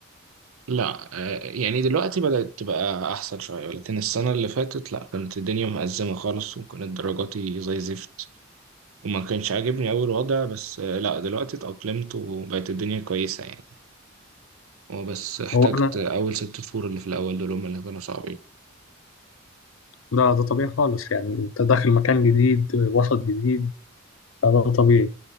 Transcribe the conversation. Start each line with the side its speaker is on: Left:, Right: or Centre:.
Right: لا آه، يعني دلوقتي بدأت تبقى أحسن شوية لكن السنة اللي فاتت لا كانت الدنيا مأزمة خالص وكانت درجاتي زي زفت وما كانش عاجبني أول وضع بس آه، لا دلوقتي اتأقلمت وبقت الدنيا كويسة يعني هو بس احتجت
Left: هو أنا
Right: أول ست شهور اللي في الأول دول هم اللي كانوا صعبين
Left: ده ده طبيعي خالص يعني أنت داخل مكان جديد وسط جديد فده طبيعي